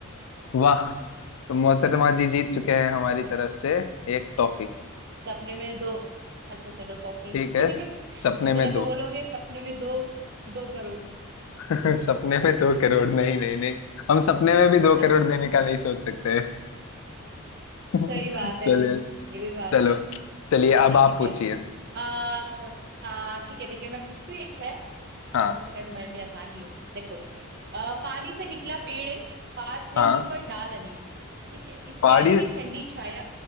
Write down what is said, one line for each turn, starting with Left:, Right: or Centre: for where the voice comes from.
Left: वाह
Right: हाँ,
Left: तो मोहतरमा जी जीत चुके हैं हमारी तरफ से एक टॉफी
Right: सपने में दो अच्छा चलो टॉफी
Left: ठीक है
Right: <laughs> मुझे
Left: सपने
Right: लगा
Left: में दो
Right: बोलोगे सपने में दो दो करोड़
Left: <laughs> सपने में दो करोड़ नहीं नहीं नहीं हम सपने में भी दो
Right: <laughs>
Left: करोड़ देने का नहीं सोच सकते <laughs>
Right: सही बात है
Left: चलिए
Right: ये भी बात
Left: चलो
Right: है
Left: चलिए
Right: ठीक
Left: अब
Right: है ठीक
Left: आप पूछिए
Right: है आ, हाँ ठीक है ठीक है मैं पूछती हूँ एक है
Left: हाँ
Right: हो सकता है तुम्हारे लिए आसानी हो देखो आ, पानी से निकला पेड़ एक पात नहीं
Left: हाँ
Right: पर डाल अनेक ठीक है इस
Left: पहाड़ी
Right: पेड़ की ठंडी छाया